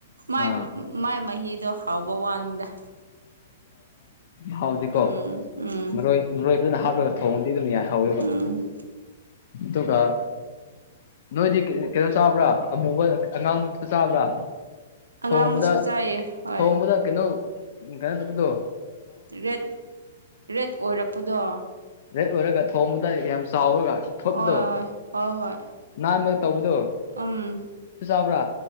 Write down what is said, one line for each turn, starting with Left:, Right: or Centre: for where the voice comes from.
Right: ꯥꯏ
Left: ꯑꯥ
Right: ꯃꯥꯏ ꯃꯍꯤꯗꯣ ꯍꯥꯎꯕ ꯋꯥꯟꯗ
Left: ꯍꯥꯎꯗꯤꯀꯣ
Right: ꯎꯝ ꯎꯝ
Left: ꯃꯔꯣꯏ ꯃꯔꯣꯏ ꯐꯅ ꯍꯥꯞꯂꯒ ꯊꯣꯡꯗꯤ ꯑꯗꯨꯝ ꯌꯥꯏ ꯍꯥꯎꯋꯦꯕ
Right: ꯎꯝ
Left: ꯏ ꯇ ꯀ ꯅꯣꯏꯗꯤ ꯀꯩꯅꯣ ꯆꯥꯕ꯭ꯔꯥ ꯑꯃꯨꯕ ꯑꯉꯥꯡꯇ ꯆꯥꯕ꯭ꯔꯥ
Right: ꯑꯉꯥꯡꯕꯁꯨ
Left: ꯊꯣꯡꯕꯗ
Right: ꯆꯥꯏꯌꯦ ꯍꯣꯏ
Left: ꯊꯣꯡꯕꯗ ꯀꯩꯅꯣ ꯀꯩꯅꯣ ꯆꯧꯕꯗꯣ
Right: ꯔꯦꯠ ꯔꯦꯠ ꯑꯣꯏꯔꯛꯄꯗꯣ
Left: ꯔꯦꯠ ꯑꯣꯏꯔꯒ ꯊꯣꯡꯕꯗ ꯌꯥꯝ ꯆꯥꯎꯔꯒ ꯊꯣꯛꯄꯤꯗꯣ
Right: ꯍꯣꯏ ꯍꯣꯏ ꯍꯣꯏ ꯍꯣꯏ
Left: ꯅꯍꯥꯟ ꯇꯧꯕꯗꯣ
Right: ꯎꯝ
Left: ꯆꯥꯕ꯭ꯔꯥ